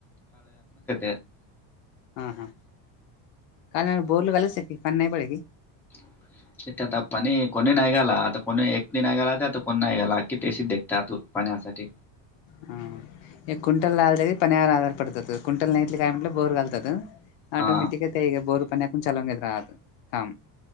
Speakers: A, in the centre; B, on the left (about 65°).
A: <inaudible> <unintelligible>
B: ह हां काले न बोर्ल कला सकीी पनई पडकी <unintelligible>
A: <inaudible> ते ते आता पाणी कोणी नाहीघाला आता कोणी एक नाहीघाला आता कोणी नाही गाला अखी तेस <unintelligible> त्यातून पाण्यासाठी
B: हम. एक कुंल लाल त पनी आार आधार पडतात कुंल नईट काय म्हमे बोर कालतात <unintelligible> ऑटोमॅटिक
A: हा
B: आहे ते बोरपणकून चालवून घेत राहात काम <unintelligible>